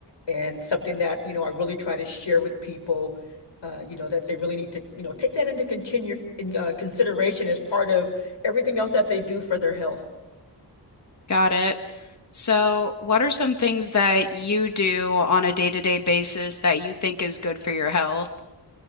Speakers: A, on the left; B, on the left.
A: and something that, you know, I really try to share with people, uh, you know, that they really need to, you know, take that into continue in uh, consideration as part of everything else that they do for their health.
B: Got it. So, what are some things that you do on a day-to-day basis that you think is good for your health?